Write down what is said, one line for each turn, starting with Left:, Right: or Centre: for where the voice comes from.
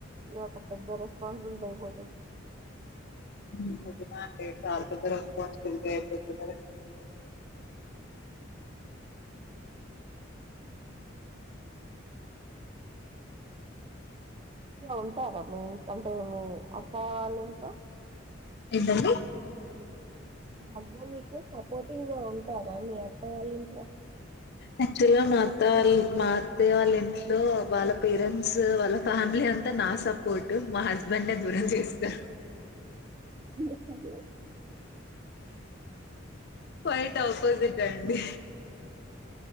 Right: ఇ ఒక పెద్ద రెస్పాన్సిబిలిటీ అయిపోతది
Left: మా చాల
Right: ఉంటారు మీ అంటే మీ పోవాలి ఇంట్లో
Left: ఏంటండి
Right: హబ్బా మీీకు సపోర్టింగ్ గా ఉంటారా మీ అత్తవాళ్ళఇంట్లో
Left: యాక్చువల్ గా మా అత్త వాళ్ళ ఇంట్లో వాళ్ళ పేరెంట్స్ వాళ్ళ ఫ్యామిలీ అంతా నా సపోర్ట్ మా హస్బెండ్నే దూరం చేసే సారు
Right: మ <unintelligible>
Left: బయట ఆపోజిట్ అండి